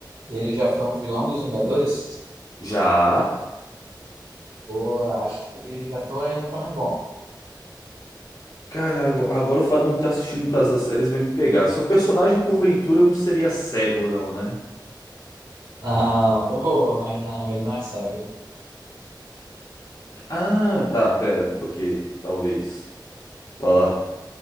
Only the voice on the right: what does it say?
ele já foi um vilão dos Vingadores?
Boa, acho que já tô aí no caminho bom.
Não, foi boa, mas não, ele não é cego.